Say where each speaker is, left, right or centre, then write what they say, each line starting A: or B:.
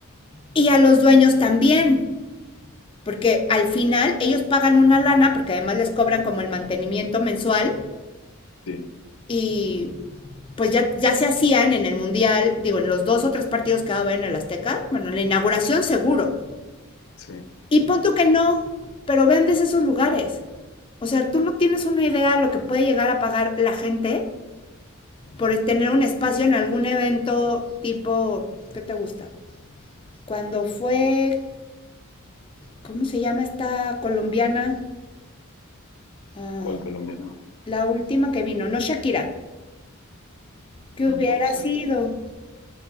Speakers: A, on the left (about 25°); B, on the left (about 75°).
A: Y a los dueños también, porque al final ellos pagan una lana, porque además les cobran como el mantenimiento mensual,
B: Sí,
A: y pues ya, ya se hacían en el Mundial, digo, en los dos o tres partidos que va en el Azteca, bueno, en la inauguración seguro.
B: sí.
A: Y pon tú que no, pero vendes esos lugares. O sea, tú no tienes una idea de lo que puede llegar a pagar la gente por tener un espacio en algún evento tipo, ¿qué te gusta? Cuando fue, ¿cómo se llama esta colombiana? Ah,
B: ¿Cuál colombiana?
A: la última que vino, no Shakira, que hubiera
B: No
A: sido,
B: sé,